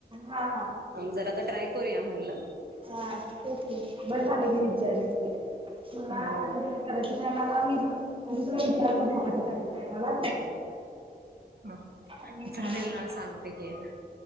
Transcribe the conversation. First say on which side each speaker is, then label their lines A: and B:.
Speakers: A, on the right (about 30°); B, on the right (about 65°).
A: हा
B: जरा आता ट्राय करूया म्हणलं
A: ते बरं झालं की विचारस ते तुला
B: हो
A: म्हणजे करा मला मीण म्हजे तु इतरण्याचंलला
B: ह
A: आणि
B: चालेल ना सांगते क